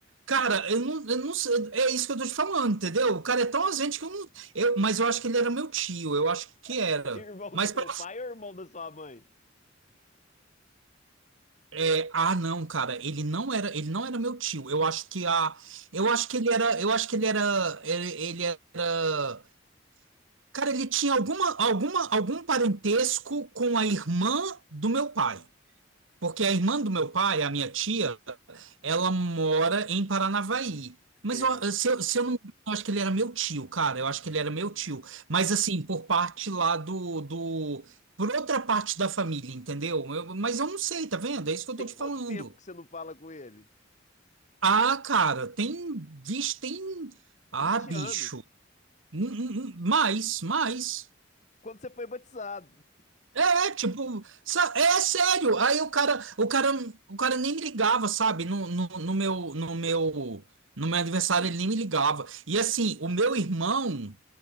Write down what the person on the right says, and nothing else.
Cara, eu não, eu não sei, é isso que eu tô te falando, entendeu? O cara é tão ausente que eu não, eu, mas eu acho que ele era meu tio, eu acho que era.
Mas
pra-
é, ah, não, cara, ele não era, ele não era meu tio. Eu acho que a, eu acho que ele era, eu acho que ele era, ele ele era Cara, ele tinha alguma, alguma, algum parentesco com a irmã do meu pai. Porque a irmã do meu pai, a minha tia, ela mora em Paranavaí. Mas
eu, se eu, se eu não me engano, eu acho que ele era meu tio, cara. Eu acho que ele era meu tio. Mas assim, por parte lá do, do... Por outra parte da família, entendeu? Eu- mas eu não sei, tá vendo? É isso que eu tô
te
falando.
Ah, cara, tem... Vixe, tem... Ah,
bicho.
Hum, hum, hum, Mais, mais.
É, é, tipo, sa- é é sério. Aí o cara, o cara, o cara nem me ligava, sabe? No, no, no meu, no meu, no meu aniversário ele nem me ligava. E assim, o meu irmão,